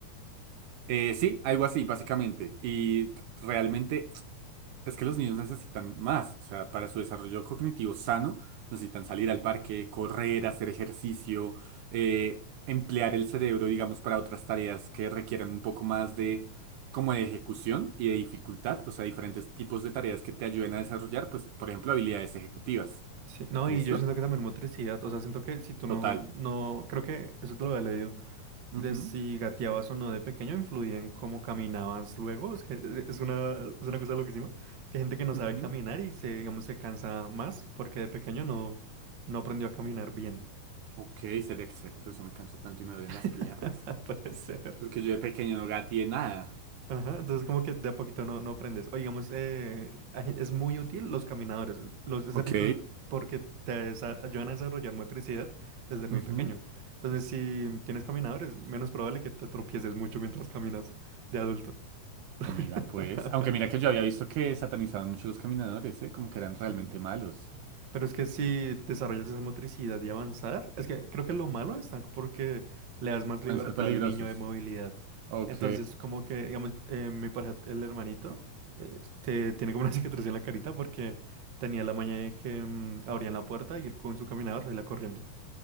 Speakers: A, on the right; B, on the right.
A: Eh, sí, algo así, básicamente. Y realmente es que los niños necesitan más, o sea, para su desarrollo cognitivo sano, necesitan salir al parque, correr, hacer ejercicio, eh, emplear el cerebro, digamos, para otras tareas que requieran un poco más de como de ejecución y de dificultad, o sea, diferentes tipos de tareas que te ayuden a desarrollar, pues, por ejemplo, habilidades ejecutivas.
B: Sí, no,
A: ¿Listo?
B: y yo siento que también motricidad, o sea, siento que si tú no,
A: Total.
B: no, creo que eso te lo había leído, de
A: Ujú,
B: si gateabas o no de pequeño influía en cómo caminabas luego, es que eh, es una, es una cosa loquísima, que hay gente que no
A: ujú.
B: sabe caminar y se, digamos, se cansa más porque de pequeño no, no aprendió a caminar bien,
A: Ok, sería que será que por eso me canso tanto y me duelen las piernas.
B: <laughs> puede ser.
A: Porque yo de pequeño no gateé nada.
B: Ajá, entonces como que de a poquito no, no aprendes. O digamos, eh, ay- es muy útil los caminadores, los has
A: Ok.
B: porque te desa- ayudan a desarrollar motricidad desde muy
A: ujú,
B: pequeño. Entonces, si tienes caminadores, menos probable que te tropieces mucho mientras caminas de adulto. <laughs>
A: Mira, pues. Aunque mira que yo había visto que satanizaban mucho los caminadores, ¿eh? Como que eran realmente
B: Sí.
A: malos.
B: Pero es que si desarrollas esa motricidad y avanzar, es que creo que lo malo está porque le das más
A: Pueden
B: libertad
A: ser peligrosos.
B: al niño de movilidad.
A: Ok.
B: Entonces, como que, digamos, eh, mi pareja, el hermanito, eh, te- tiene como una <laughs> cicatriz en la carita porque tenía la maña de que mm, abrían la puerta y él con su caminador salía corriendo.